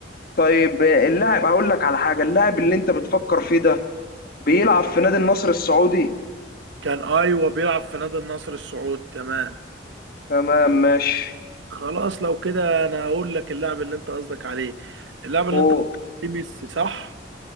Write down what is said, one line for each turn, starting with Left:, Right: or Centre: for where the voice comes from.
Left: طيب آه، اللاعب هقول لك على حاجه اللاعب اللي انت بتفكر فيه ده بيلعب في نادي النصر السعودي
Right: كان ايوه بيلعب في نادي النصر السعودي تمام
Left: تمام ماشي
Right: خلاص لو كده انا هقول لك اللاعب اللي انت قصدك عليه اللاعب اللي
Left: هو
Right: انت قصدك عليه ميسي صح